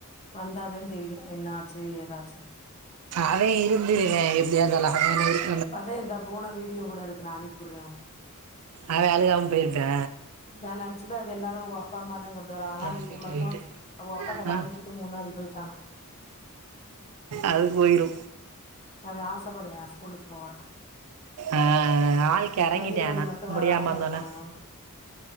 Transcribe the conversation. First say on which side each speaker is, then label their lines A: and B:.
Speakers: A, on the left; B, on the right.
A: வந்தாதே தெரியு என்னாச்சு ஏதாச்சுன்
B: அதே இருந்துருங்க எப்டியா இந்தாலு அகன இருக்
A: இப்பதே இந்த புவனா வீடியோ கூட இருக்கு நா அனுப்பூர்ரே ஒனக்
B: அவே அழுகாம போய்ட்டா
A: பே லஞ்ச் பேக் எல்லாரு அவுக அப்பா அம்மாதே கொண்டு வாராகளா
B: டிராஃபிக்
A: இவே மட்டு
B: லைட்டு
A: அவக அப்பாட்ட வாங்கிட்டு
B: ஆ
A: முன்னாடி போயிட்டானா
B: அது போயிரு
A: அவே ஆசப்படுவையா ஸ்கூலுக் போக
B: அ அ ஆள் கெறங்கிட்டியா
A: வயிறு வலி
B: ஆனா
A: மட்டு
B: முடியாம
A: வராம
B: இருந்தோனே
A: இருக்கணு